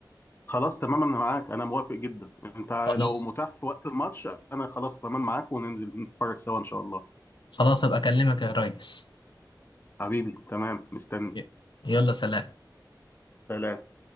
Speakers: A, on the left (about 30°); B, on the left (about 80°).
A: خلاص تمام انا معاك انا موافق جدا انت
B: خلاص
A: لو متاح في وقت الماتش انا خلاص تمام معاك وننزل نتفرج سوا ان شاء الله
B: خلاص ابقى اكلمك يا ريس
A: حبيبي تمام مستني
B: ي- يلا سلام
A: سلام